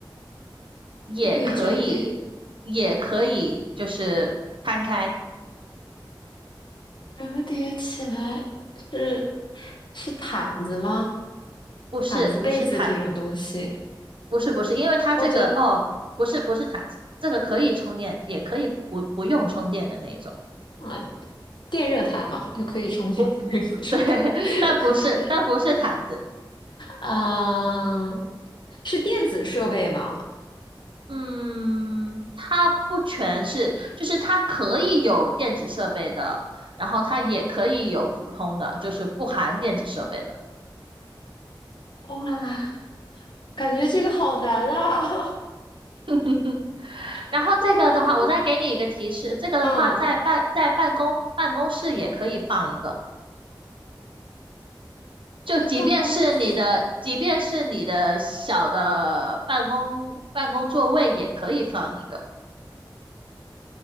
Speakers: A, on the right; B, on the left.
A: 也可以，
B: 可以折叠。
A: 也可以就是摊开。
B: 折叠起来是是毯子吗？
A: 不是，
B: 毯子、
A: 不是毯，
B: 被子这种东西。
A: 不是，不是，因为它这个哦，
B: 哦，对
A: 不是，不是毯子，这个可以充电，也可以不不用充电的那一种。
B: 啊，电热毯嘛，就可以充电，
A: 不不，
B: 可以不
A: <laughs>
B: <laughs> 折叠。
A: 对，
B: <laughs>
A: 但不是，但不是毯子。
B: 啊，是电子设备吗？
A: 嗯，它不全是，就是它可以有电子设备的，然后它也可以有普通的，就是不含电子设备的。
B: 哇，感觉这个好难啊！
A: <laughs> 嗯，
B: <laughs>
A: 然后这个的话，
B: 哦，
A: 我再给你一个提示，这个的话在办在办公办公室也可以放一个，
B: 嗯，
A: 就即便是你的即便是你的小的办公办公座位也可以放一个
B: 在办公室，